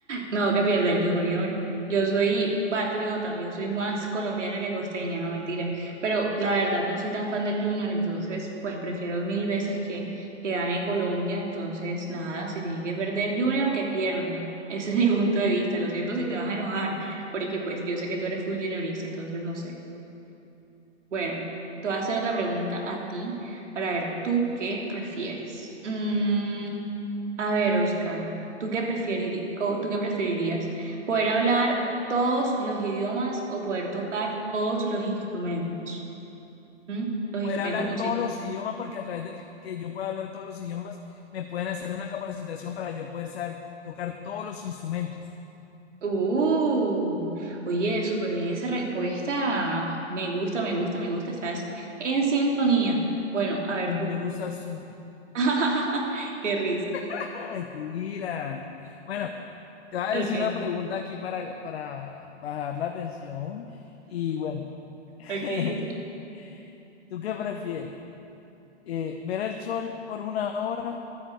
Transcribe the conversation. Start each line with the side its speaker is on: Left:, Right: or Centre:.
Right: No, que pierda el Junior. Yo soy patriota, yo soy más colombiana que costeña, no mentira. Pero la verdad no soy tan fan del Junior, entonces pues prefiero mil veces que, que gane Colombia. Entonces nada, si tiene que perder Junior, que pierda. Ese es mi punto de vista. Lo siento si te vas a enojar, porque pues yo sé que tú eres full juniorista, entonces no sé. Bueno, te voy a hacer otra pregunta a ti para ver tú qué prefieres. Mm, a ver, Oscar, ¿tú qué preferir- co- tú qué preferirías? ¿Poder hablar todos los idiomas o poder tocar todos los instrumentos? ¿Mm? Los
Left: poder
Right: instrumentos
Left: hablar
Right: musicales.
Left: todos los idiomas, porque a través del que yo pueda hablar todos los idiomas, me pueden hacer una capacitación para yo poder saber tocar todos los instrumentos.
Right: Uh, oye, súper bien esa respuesta. Me gusta, me gusta, me gusta. Estás en sintonía. Bueno, a ver
Left: Y a mí
Right: tú.
Left: me gusta su... <laughs>
Right: <laughs> Qué risa.
Left: ¡Ah, Mentiras. Bueno, te voy a
Right: Ok,
Left: decir una pregunta aquí para, para bajar la tensión. Y bueno, <laughs>
Right: ok.
Left: ¿tú qué prefieres? Eh, ¿ver el sol por una hora